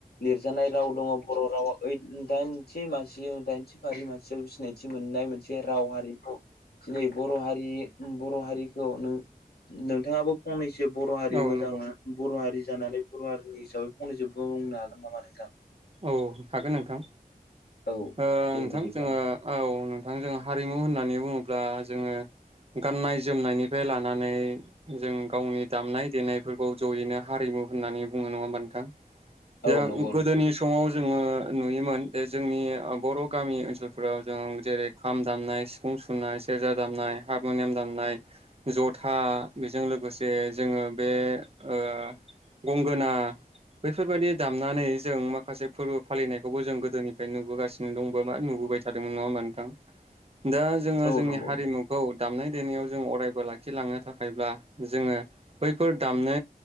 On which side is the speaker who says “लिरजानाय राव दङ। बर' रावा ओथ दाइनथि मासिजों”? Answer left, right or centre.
Left